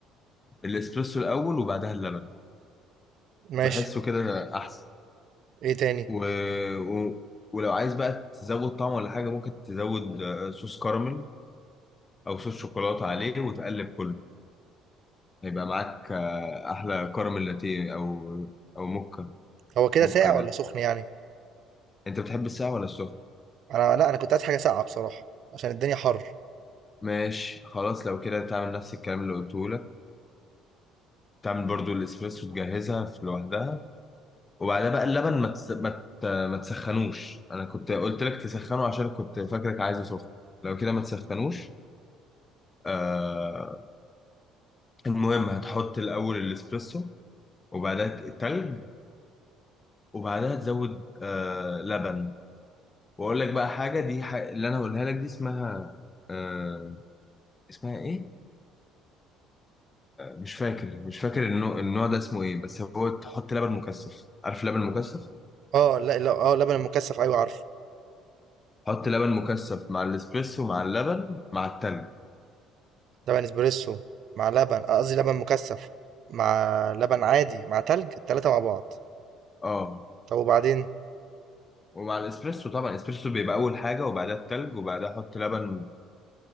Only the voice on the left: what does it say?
الاسبريسو الاول وبعدها اللبن
بحسه كده احسن
و... و... ولو عايز بقى تزود طعم ولا حاجه ممكن تزود آه، صوص كراميل او صوص شوكولاته عليه وتقلب كله هيبقى معاك آه، احلى كراميل لاتيه او او موكا
موكا
لاتيه.
انت بتحب الساقع ولا السخن
ماشي خلاص لو كده تعمل نفس الكلام اللي قلته لك. تعمل برضو الاسبريسو تجهزها في لوحدها وبعدها بقى اللبن ما تس... ما ت... ما تسخنوش انا كنت قلت لك تسخنه عشان كنت فاكرك عايزه سخن لو كده ما تسخنوش آه... المهم هتحط الاول الاسبريسو وبعدها التلج وبعدها تزود آه... لبن واقول لك بقى حاجه دي ح... اللي انا هقولها لك دي اسمها آه... اسمها ايه مش فاكر مش فاكر النوع, النوع ده اسمه ايه بس هو تحط لبن مكثف عارف لبن مكثف
حط لبن مكثف مع الاسبريسو مع اللبن مع التلج
اه
ومع الاسبريسو طبعا الاسبريسو بيبقى اول حاجه وبعدها التلج وبعدها حط لبن